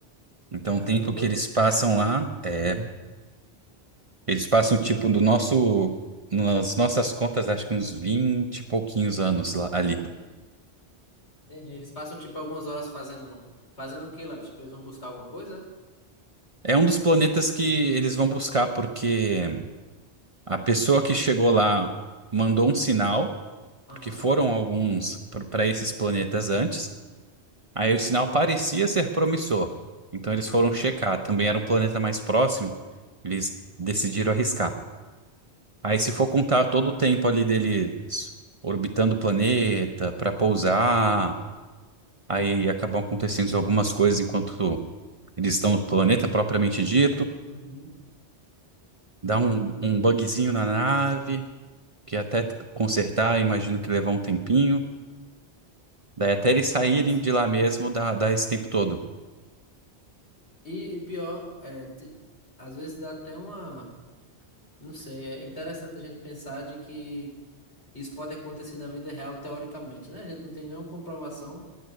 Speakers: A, on the right; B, on the left.
A: Então,
B: caramba.
A: o tempo que eles passam lá é Eles passam, tipo, do nosso, nas nossas contas, acho que uns 20 e pouquinhos anos lá, ali.
B: Entendi. Eles passam tipo algumas horas fazendo fazendo o que lá? Tipo, eles vão buscar alguma coisa?
A: É um dos planetas que eles vão buscar, porque a pessoa que chegou lá mandou um sinal,
B: Aham,
A: porque foram alguns para esses planetas antes. Aí o sinal parecia ser promissor. Então eles foram
B: aham,
A: checar. Também era um planeta mais próximo. Eles decidiram arriscar. Aí, se for contar todo o tempo ali deles orbitando o planeta para pousar aí acabam acontecendo algumas coisas enquanto eles estão no planeta propriamente dito,
B: uhum.
A: dá um, um bugzinho na nave, que até consertar, imagino que levar um tempinho, daí até
B: Ah,
A: eles saírem
B: que massa.
A: de lá mesmo dá, dá esse tempo todo.
B: E, e pior, é, de- às vezes dá até uma, não sei, é interessante a gente pensar de que isso pode acontecer na vida real teoricamente, né? A gente não tem nenhuma comprovação,